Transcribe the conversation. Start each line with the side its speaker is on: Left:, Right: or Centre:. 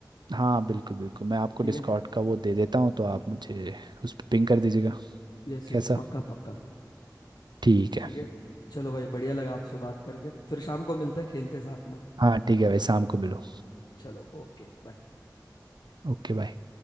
Right: हाँ बिल्कुल बिल्कुल मैं आपको
Left: ठीक
Right: डिस्कॉर्ड
Left: है
Right: का वो दे देता हूँ तो आप मुझे उस पर पिंग कर दीजिएगा
Left: यस यस
Right: कैसा
Left: पक्का पक्का
Right: ठीक
Left: ठीक
Right: है
Left: है चलो भाई बढ़िया लगा आपसे बात करके फिर शाम को मिलते हैं खेलते हैं साथ में
Right: हाँ ठीक है भाई शाम को मिलो
Left: चलो ओके बाय
Right: Okay bye